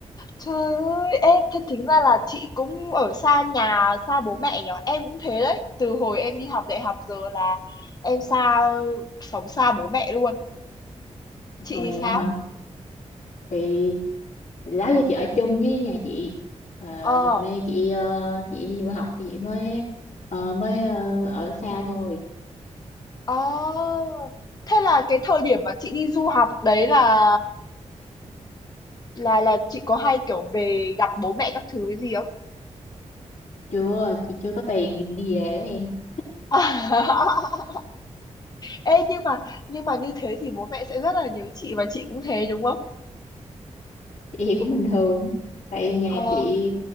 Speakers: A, on the left; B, on the left.
A: trời ơi ê, thế tính ra là chị cũng ở xa nhà xa bố mẹ nhở em cũng thế đấy từ hồi em đi học đại học giờ là em xa sống xa bố mẹ luôn chị
B: Ồ vậy
A: thì sao
B: hả? Thì, thì đó giờ chị ở chung với nhà chị. Ờ,
A: ờ
B: gần đây chị ờ, chị đi du học thì chị mới ờ, mới ờ, ở xa thôi.
A: ờ thế là cái thời điểm mà chị đi du học đấy là là là chị có hay kiểu về gặp bố mẹ các thứ cái gì không
B: Chưa, chị chưa có tiền đi về đó em.
A: <laughs> ê nhưng mà nhưng mà như thế thì bố mẹ sẽ rất là nhớ chị và chị cũng thế đúng không
B: Chị thì cũng bình thường. Tại nhà
A: ờ
B: chị